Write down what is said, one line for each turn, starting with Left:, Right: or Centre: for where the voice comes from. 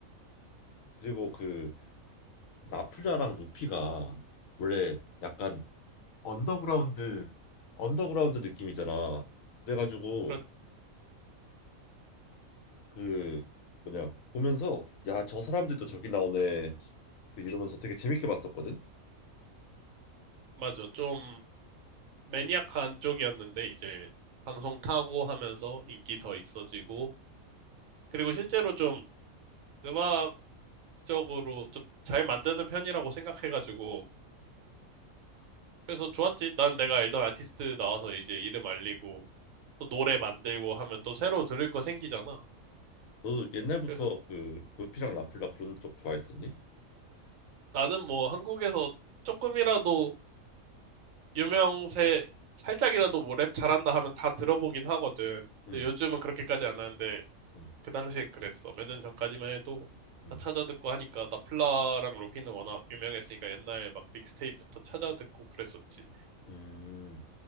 Left: 그리고 그 나플라랑 루피가 원래 약간 언더그라운드 언더그라운드 느낌이잖아. 그래가지고
Right: 그렇
Left: 그 뭐냐 보면서 야 저 사람들도 저기 나오네 그 이러면서 되게 재밌게 봤었거든.
Right: 맞아 좀 매니악한 쪽이었는데 이제 방송 타고 하면서 인기 더 있어지고 그리고 실제로 좀 음악적으로 좀 잘 만드는 편이라고 생각해가지고 그래서 좋았지. 난 내가 알던 아티스트 나와서 이제 이름 알리고 또 노래 만들고 하면 또 새로 들을 거 생기잖아.
Left: 너도 옛날부터
Right: 그래서
Left: 그 루피랑 나플라 그런 쪽 좋아했었니?
Right: 나는 뭐 한국에서 조금이라도 유명세 살짝이라도 뭐 랩 잘한다 하면 다 들어보긴 하거든.
Left: 응,
Right: 근데 요즘은 그렇게까지 안 하는데
Left: 응,
Right: 그 당시엔 그랬어. 몇 년 전까지만 해도
Left: 응,
Right: 다 찾아듣고 하니까 나플라랑 루피는 워낙 유명했으니까 옛날 막 믹스테이프부터 찾아듣고 그랬었지.
Left: 음.